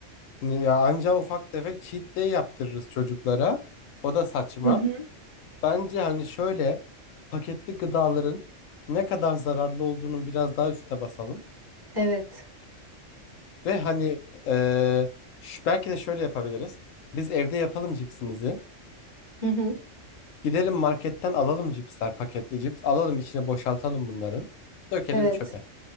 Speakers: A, on the left; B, on the right.
A: ni- ya anca ufak tefek cheat day yaptırırız çocuklara. O da saçma.
B: Hı hı.
A: Bence hani şöyle paketli gıdaların ne kadar zararlı olduğunun biraz daha üstüne basalım.
B: Evet.
A: Ve hani eee, ş- belki de şöyle yapabiliriz. Biz evde yapalım cipsimizi.
B: Hı hı.
A: Gidelim marketten alalım cipsler, paketli cips. Alalım içine boşaltalım bunların. Dökelim
B: Evet.
A: çöpe.